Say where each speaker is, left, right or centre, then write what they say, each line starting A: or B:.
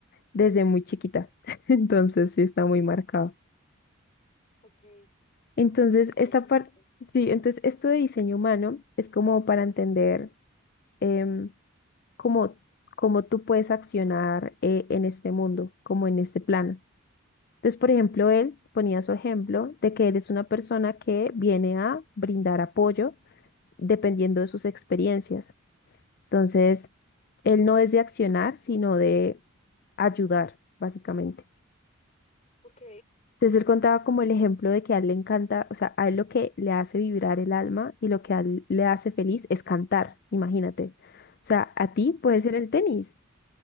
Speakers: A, on the left (about 50°); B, on the left (about 35°).
A: desde muy chiquita. <laughs> Entonces, sí, está muy marcado.
B: ok, ay,
A: Entonces, esta
B: qué bonito.
A: parte, sí, entonces esto de diseño humano es como para entender em, cómo, cómo tú puedes accionar eh, en este mundo, como en este plano. Entonces, por ejemplo, él ponía su ejemplo de que él es una persona que viene a brindar apoyo dependiendo de sus experiencias. Entonces, él no es de accionar, sino de ayudar, básicamente.
B: Ok,
A: Entonces, él contaba como el ejemplo de que a él le encanta, o sea, a él lo que le hace vibrar el alma y lo que a él le hace feliz es cantar, imagínate. O sea, a ti puede ser el tenis.